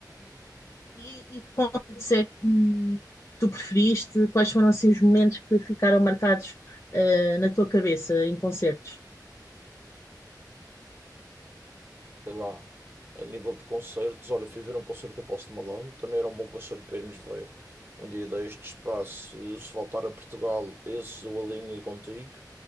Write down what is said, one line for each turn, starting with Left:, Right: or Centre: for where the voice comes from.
Left: E, e que concertos é que tu preferiste? Quais foram assim os momentos que ficaram marcados eh, na tua cabeça em concertos?
Right: sei lá, a nível de concertos, olha, fui ver um concerto do Post Malone, também era um bom concerto para irmos ver. Um dia deste espaço, se se voltar a Portugal, esses eu alinho contigo.